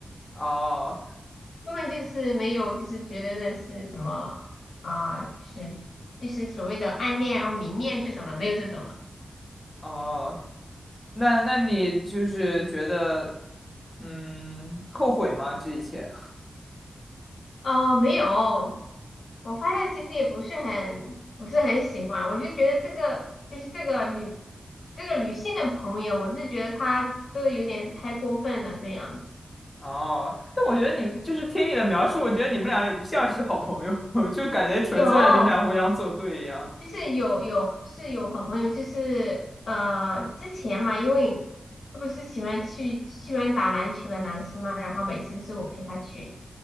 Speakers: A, on the left; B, on the left.
A: 哦
B: <laughs> 根本就是没有就是觉得那是什么啊、就是就是所谓的暗恋啊、迷恋这种的，没有这种
A: 哦。那那你就是觉得，嗯，后悔吗？这一切？
B: 哦，没有，我发现其实也不是很不是很喜欢，我就觉得这个就是这个女这个女性的朋友，我是觉得她做的有点太过分了这样子。
A: <laughs> 哦，但我觉得你们就是听你的描述，我觉得你们俩也不像是好朋友，<laughs> 就感觉纯粹你们俩互相作对一样。
B: 有，就是有有是有好朋友，就是呃之前嘛，因为他不是喜欢去喜欢打篮球的男生嘛，然后每次是我陪他去，